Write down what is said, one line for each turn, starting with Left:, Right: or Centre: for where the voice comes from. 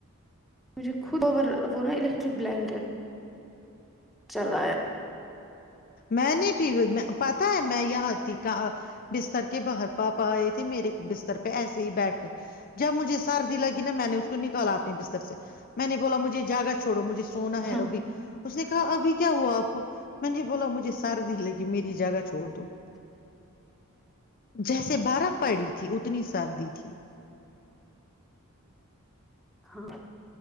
Centre: مجھے خود وہ نا الیکٹرک بلینکیٹ چلایا
Left: میں نے بھی پتا ہے میں یہاں تھی بستر کے باہر پاپا آئے تھے میرے بستر پہ ایسے ہی بیٹھنے جب مجھے سردی لگی نا میں نے اس کو نکالا اپنی بستر سے میں نے بولا مھے جگا چوڑو مجھے سونا ہے
Centre: ہاں
Left: وہ بھی اس نے کہا ابھی کیا ہوا آپ کو میں نے بولا مجھے سردی لگی میری جگہ چ چھڑ دوو <unintelligible> جیسے بارف پڑی تھی اتنی سردی تھی
Centre: ہاں